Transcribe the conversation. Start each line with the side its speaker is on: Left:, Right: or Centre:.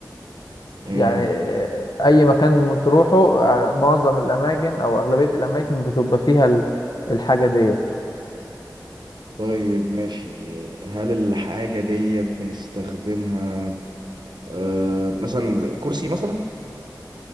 Right: مم.
Left: يعني آه، اي مكان بتروحه آه، معظم الاماكن او اغلبية الاماكن بتبقى فيها ال- الحاجة دي
Right: طيب ماشي هل الحاجة ديت بنستخدمها آه مثلا كرسي مثلا